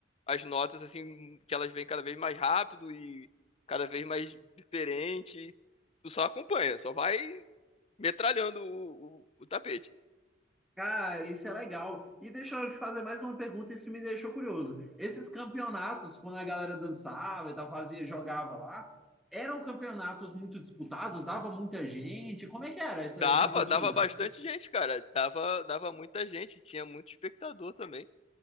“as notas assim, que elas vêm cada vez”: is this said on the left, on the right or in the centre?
Left